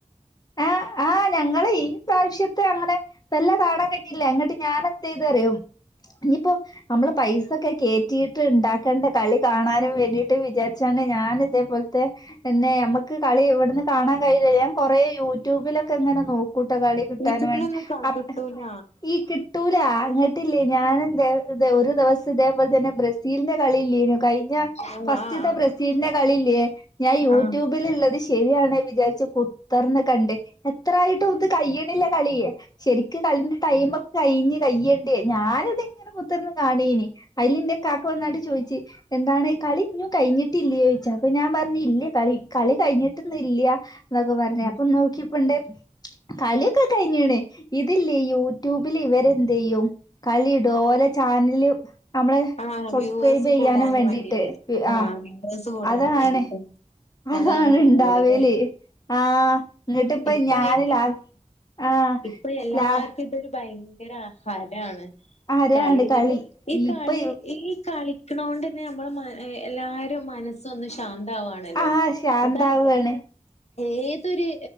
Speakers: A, on the left (about 30°); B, on the left (about 55°).
A: ഏഹ് ആഹ് ഞങ്ങള് ഈ പ്രാവശ്യത്തെ ഞങ്ങടെ വെല്ല കാണ ട്ടില്ലെ ഇങ്ങട്ട് ഞാനെത്തെയ്തു അറിയോ ഇഞ്ഞ്‌പ്പോ അമ്മള് പൈസൊക്കെ കേറ്റി ണ്ടാക്കേണ്ട കളി കാണാനും വേണ്ടിയിട്ട് വിചാര്ച്ചാണ് ഞാന് ഇതേ പോൽത്തെ പിന്നെ അമ്മക്ക് കളി ഇവട്ന്ന് കാണാൻ കയ്യൂലല്ല. ഞാൻ കൊറെ യൂട്യൂബിലൊക്കെങ്ങനെ നോക്കൂട്ടോ കളി. കിട്ടാന്
B: യൂട്യൂബിലൊന്നും
A: വേണ്ടി
B: ക
A: അ
B: കിട്ടൂല
A: ഈ കിട്ടൂല ഇങ്ങട്ടില്ലേ ഞാനെന്തെയ്തു ഒരു ദിവസം ഇതേ പോൽതെന്നെ ബ്രെസ് സീൽന്റെ കളി ഇല്ലെയ്നോ കൈ ഞ്ഞ
B: ആഹ്
A: ഫസ്റ്റ്ത്തെ
B: ആഹ്
A: ബ്രസീലിന്റെ കളില്ലേ ഞാൻ യൂട്യൂബിലള്ളത്
B: ആഹ്
A: ശെ ശെരിയാണ് വിചാര്ച്ചു കുത്തർന്ന് കണ്ട് എത്രായ്ട്ടും ഇത് കയ്യിണ്ല്ല കള്യെ ക്ക് കളിന്റെ ടൈമൊക്കെ കഴിഞ്ഞ്‌ കയ്യേണ്ടേ ഞാനത്ങ്ങനെ കുത്തർന്ന് കാണേനി അയ്ലിന്റെ കാക്ക വന്നാണ്ട് ചോയ്ച്ച് എന്താണ് കളി ഇഞ്ഞും കഴിഞ്ഞിട്ടില്ലേയ്ച്ചു അപ്പൊ ഞാൻ പറഞ്ഞു ഇല്ല കളി കളി കഴിഞ്ഞിട്ടൊന്നുല്ല. ന്നൊക്കെ പർഞ്ഞു
B: ആഹ്
A: അപ്പൊനോക്കിയപ്പണ്ട് കളി ഒക്കെ കയ്യ്ഞ്ഞ്‌ണ് ഇതില്ലേ യൂട്യൂബില് ഇവരെന്തെയ്യും കളി ഇടും ഓലെ ചാൻല് അമ്മളെ
B: ആഹ്
A: സബ്സ്ക്രൈബെയ്യാനും
B: വ്യൂവേഴ്സ് കൂടാനും
A: വേണ്ടീട്ട്
B: ആഹ്
A: ആ
B: വ്യൂവേഴ്സ് കൂടാനും
A: അതാണ്.
B: വേണ്ടീട്ട്
A: അഹാണ്
B: അതാണ് സംഭവം
A: ഇണ്ടാവെല്.
B: അല്ലേ
A: ആഹ് ന്നിട്ട്പ്പ
B: ഇപ്പ
A: ഞാന്
B: അയിന്
A: ലാ ആഹ്
B: ഇപ്പൊ എല്ലാർക്കും
A: ലാ
B: ഇതൊരു ഭയങ്കര ഹാരാണ്
A: ആരാണ്
B: കളീ
A: കളി
B: ഞ്ഞ്‌ട്ട് ഇ
A: ഇപ്പൊ
B: കളി ഈ കളിക്ക്ണോണ്ടെന്നെ ന്നമ്മളെ എല്ലാരും മനസൊന്ന് ശാന്താവാണ്. ണല്ലോ
A: ആഹ് ശാന്താവാണ്
B: അതായത് ഏതൊരു